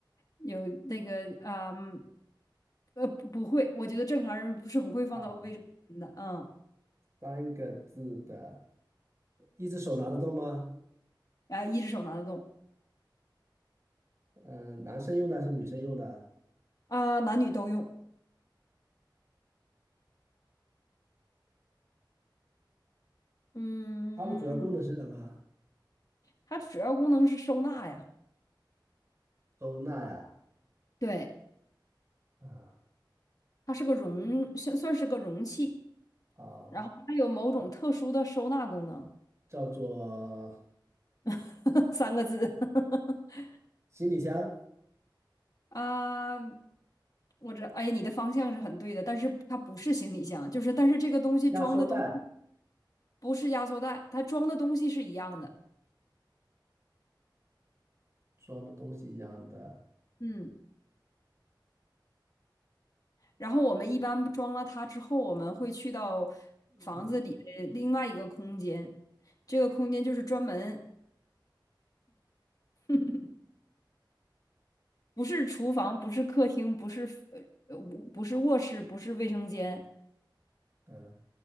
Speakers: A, on the left; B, on the right.
A: 有那个啊。嗯呃，不不会，我觉得正常人是不会放到卫生间的，
B: 啊，
A: 嗯，
B: 三个字的，一只手拿得动吗？
A: 啊，一只手拿得动，
B: 嗯、男生用的还是女生用的？
A: 啊，男女都用，嗯，
B: 它的主要功能是什么？
A: 它主要功能是收纳呀，
B: 收纳呀，
A: 对，
B: 啊
A: 它是个容，算算是个容器，
B: 啊，
A: 然后它有某种特殊的收纳功能，
B: 叫做
A: <laughs> 三个字，<laughs>
B: 行李箱、
A: 啊，我这，哎，你的方向是很对的，但是它不是行李箱，就是但是这个东西装的东
B: 压缩袋，
A: 不是压缩袋，它装的东西是一样的，
B: 装的东西一样的。
A: 嗯。然后我们一般装了它之后，我们会去到房子里的另外一个空间，
B: 嗯，
A: 这个空间就是专门 <laughs> 不是厨房，不是客厅，不是呃呃不不是卧室，不是卫生间。
B: 呃